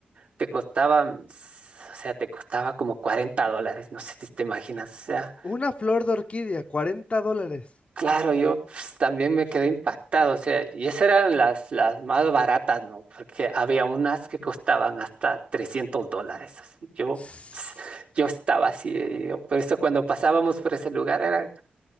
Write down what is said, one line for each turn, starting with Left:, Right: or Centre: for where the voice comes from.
Right: te costaba, mm, s- o sea, te costaba como 40 dólares, no sé si te imaginas, o sea.
Left: una flor de orquídea, cuarenta dólares.
Right: Claro, yo pues, también me quedé impactado, o sea, y esas eran las, las más baratas, ¿no? Porque había unas que costaban hasta 300 dólares. así, Yo,
Left: Sí,
Right: ps, yo estaba así, eh, yo- por eso cuando pasábamos por ese lugar era,